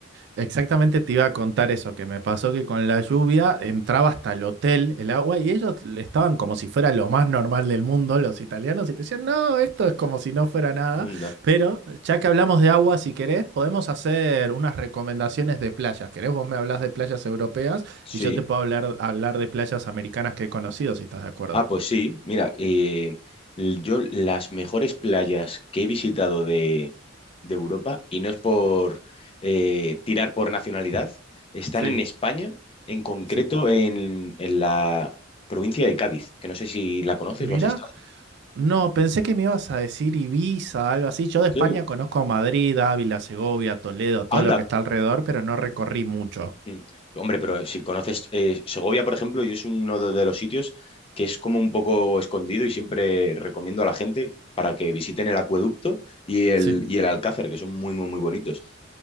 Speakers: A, on the right (about 60°); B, on the left (about 30°).
A: Exactamente te iba a contar eso, que me pasó que con la lluvia entraba hasta el hotel el agua y ellos estaban como si fuera lo más normal del mundo, los italianos, y te decían, no, esto es como si no fuera nada,
B: Anda.
A: pero ya que hablamos de agua, si querés, podemos hacer unas recomendaciones de playas. ¿Querés? Vos me hablas de playas europeas
B: Sí.
A: y yo te puedo hablar, hablar de playas americanas que he conocido, si estás de acuerdo.
B: Ah, pues sí, mira, eh, l- yo las mejores playas que he visitado de, de Europa, y no es por eh, tirar por nacionalidad, están
A: Sí,
B: en España, en concreto
A: sí.
B: en, en la provincia de Cádiz, que no sé si la conoces
A: Mira,
B: o has estado.
A: No, pensé que me ibas a decir Ibiza, algo así. Yo de España
B: Sí.
A: conozco Madrid, Ávila, Segovia, Toledo, todo
B: Anda,
A: lo que está alrededor, pero no recorrí mucho.
B: Mm. hombre, pero si conoces eh, Segovia, por ejemplo, yo es uno de de los sitios que es como un poco escondido y siempre recomiendo a la gente para que visiten el acueducto y el,
A: Sí.
B: y el Alcázar, que son muy, muy, muy bonitos.